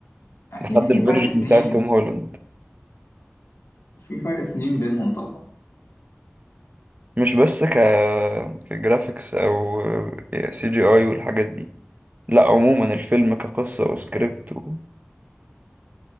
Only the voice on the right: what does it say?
لحد
الفيرجن
بتاعت توم هولاند
مش بس ك كجرافيكس او سي جي اي والحاجات دي لا عموما الفيلم كقصة وسكريبت و...